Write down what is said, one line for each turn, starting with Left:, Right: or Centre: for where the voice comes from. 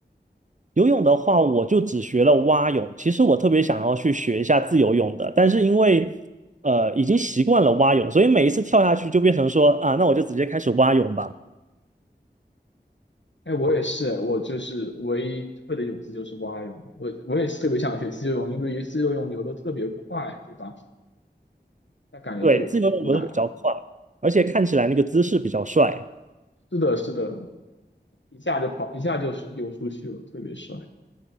Right: 游泳的话我就只学了蛙泳，其实我特别想要去学一下自由泳的，但是因为呃已经习惯了蛙泳，所以每一次跳下去就变成说啊，那我就直接开始蛙泳吧。
Left: 哎，我也是，我就是唯一会的泳姿就是蛙泳，我我也是特别想学自由泳，因为自由泳游的特别快，对吧？但感觉就很难。
Right: 对，自由泳游的比较快，而且看起来那个姿势比较帅，
Left: 是的，是的，一下就跑，一下就是游出去了，特别帅。